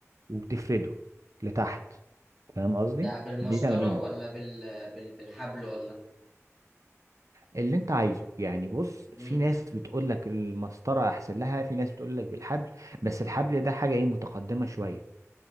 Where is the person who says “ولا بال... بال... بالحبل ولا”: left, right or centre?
Centre